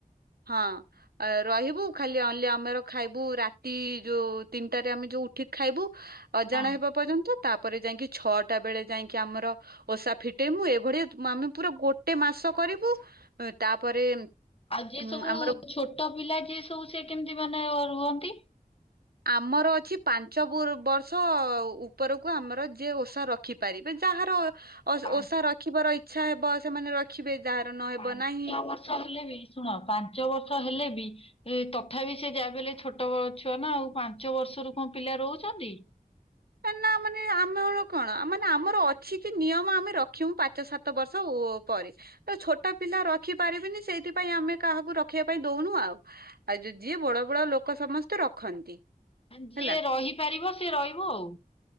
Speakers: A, on the right (about 80°); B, on the left (about 40°).
A: ହଁ ରହିବୁ ଖାଲି ଅଲି ଆମର ଖାଇବୁ ରାତି ଯୋଉ ତିନିଟାରେ ଆମେ ଯୋଉ ଉଠିକି ଖାଇବୁ ଅଜାଣ
B: ହଁ
A: ହେବା ପର୍ଯ୍ୟନ୍ତ ତା ଯାଇକି ଛଅଟା ବେଳେ ଯାଇକି ଆମର ଓଷା ଫିଟେଇ ମୁୁ ଏଭଳିଆ ଆମେ ପୁରା ଗୋଟେ ମାସ କରିବୁ ଉ ତାପରେ
B: ଆଉ ଯିଏ
A: ଉଁ,
B: ସବୁ
A: ଆମର
B: ଛୋଟ ପିଲା ଯିଏ ସବୁ ସେ କେମିତି ମାନେ ରୁହନ୍ତି
A: ଆମର ଅଛି ପାଞ୍ଚବୋର ବର୍ଷ ଉପରକୁ ଆମର ଯିଏ ଓଷା ରଖିପାରିବେ ଯାହାର ଓ
B: ପାଞ୍ଚ
A: ଓଷା ରଖିବାର ଇଚ୍ଛା ହେବ ସେମାନେ ରଖିବେ ଯାହାର ନହେବ
B: ପାଞ୍ଚ
A: ନାହିଁ
B: ବର୍ଷ ହେଲେ ବି ଶୁଣ ପାଞ୍ଚ ବର୍ଷ ହେଲେ ବି ତଥାପି ସେ ଯା ବଲେ ଛୋଟ ଛୁଆ ନା ଆଉ ପାଞ୍ଚ ବର୍ଷରୁ କଣ ପିଲା ରହୁଛନ୍ତି
A: ନା ମାନେ ଆମେଳ କଣ ମାନେ ଆମର ଅଛି କି ନିୟମ ଆମେ ରଖମୁ ପାଞ୍ଚ ସାତ ବର୍ଷ ଓ ପୁଓ ପରେ ତ ଛୋଟ ପିଲା ରଖି ପାରିବିନି ସେଇଥିପାଇଁ ଆମେ କାହାକୁ ରଖିବା ପାଇଁ ଦଉନୁ ଆଉ ଆଉ ଯୋଉ ଯିଏ ବଡ ବଡ ଲୋକ ସମସ୍ତେ ରଖନ୍ତି।
B: ମାନେ ଯିଏ
A: ହେଲା
B: ରହିପାରିବ ସିଏ ରହିବ ଆଉ